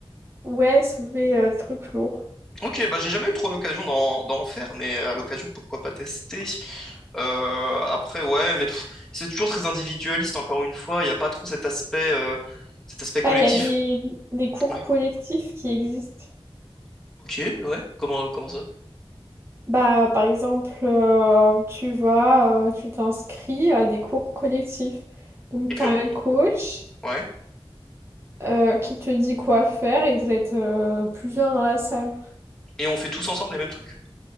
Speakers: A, on the right (about 25°); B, in the centre.
A: Ouais, soulever euh, des trucs lourds.
B: Ok, bah j'ai jamais eu trop l'occasion d'en d'en faire, mais à l'occasion, pourquoi pas tester? Euh, après, ouais, mais pff, c'est toujours très individualiste, encore une fois. Il n'y a pas trop cet aspect, euh, cet aspect collectif.
A: Bah, il y a des, des cours
B: Ouais,
A: collectifs qui existent.
B: ok, ouais, comment, comment ça?
A: Bah, par exemple, euh, tu vas, euh, tu t'inscris à des cours collectifs. Donc,
B: Et puis,
A: tu as
B: on,
A: un coach
B: ouais.
A: euh, qui te dit quoi faire et vous êtes euh, plusieurs dans la salle.
B: Et on fait tous ensemble les mêmes trucs.